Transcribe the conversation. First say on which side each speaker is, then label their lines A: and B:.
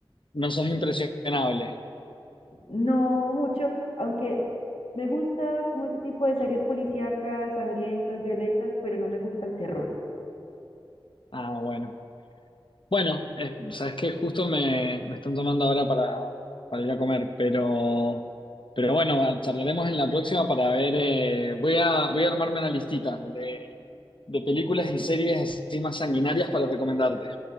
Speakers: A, on the left; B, on the left.
A: no sos impresionable.
B: No mucho, aunque me gusta como este tipo de series policíacas, sangrientas, violentas, pero no me gusta el terror.
A: Ah, bueno. Bueno, eh, sabes que justo me, me están tomando ahora para, para ir a comer, pero, pero bueno, va- charlaremos en la próxima para ver. eh, voy a, voy a armarme una listita de, de películas y series así más sanguinarias para recomendarte.